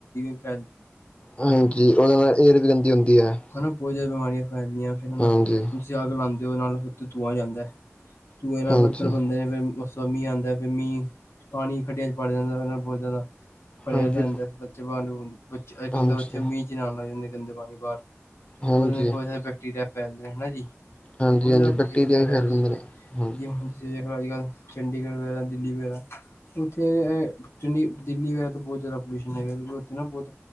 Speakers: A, on the left; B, on the left.
A: <unintelligible>
B: ਹਾਂਜੀ ਉਹਦੇ ਨਾਲ ਏਅਰ ਵੀ ਗੰਦੀ ਹੁੰਦੀ ਹੈ
A: ਬਹੁ ਜ਼ਿਆ ਬਮਾਰੀਆਂ ਫੈ ਫ
B: ਹਾਂਜੀ
A: ਤੁਸੀਂ ਅੱਗ ਲਾਨ ਉਹਦੇ ਨਾਲ ਫ ਤੂੰ ਆ ਜਾਂਦਾ ਹੈ ਤੂੰ ਇਹ ਨਾਲ
B: ਹਾਂਜੀ
A: ਪੱਧਰ ਬੰਦੇ ਨੇ ਫਿਰ ਮੀਂਹ ਆਂਦਾ ਫਿਰ ਮੀਹ ਪਾਣੀ ਖੱਡਿਆਂ ਚ ਵੜ ਜਾਂਦਾ ਬਹੁਤ ਜ਼ਿਆਦਾ ਭਰਿਆ
B: ਹਾਂਜੀ
A: ਰਹਿੰਦਾ ਬੱਚੇ ਬੱਚੇ ਅੱਜ ਕੱਲ
B: ਹਾਂਜੀ
A: ਦੇ ਬੱਚੇ ਮੀਂਹ ਚ ਨਾਉਣ ਲੱਗ ਜਾਂਦੇ ਗੰਦੇ ਪਾਣੀ ਬਾਹਰ
B: ਹਾਂਜੀ
A: ਉਸਨੇ ਬਹੁਤ ਸਾਰੇ ਬੈਕਟਰੀਆ ਫੈਲਦੇਾ ਹੇਨਾ ਜੀ
B: ਹਾਂਜੀ
A: ਬਹੁਤ
B: ਹਾਂਜੀ
A: ਜ਼ਿਆਦਾ
B: ਬੈਕਟੀਰੀਆ
A: ਪੋਲੂਸ਼ਨ ਹੈਗਾ
B: ਵੀ ਫੈਲ ਜਾਂਦੇ ਨੇ ਹਾਂਜੀ
A: ਜ ਹੁਣ ਤੁਸੀਂ ਦੇਖੋ ਅੱਜ ਕੱਲ ਚੰਡੀਗੜ੍ਹ ਵਗੈਰਾ ਦਿੱਲੀ ਵਗੈਰਾ ਉੱਥੇ ਚੰਡੀ ਦਿੱਲੀ ਵਗੈਰਾ ਤਾਂ ਬਹੁਤ ਜ਼ਿਆਦਾ ਪੋਲਯੂਸ਼ਨ ਹੈਗਾ ਬਹੁਤ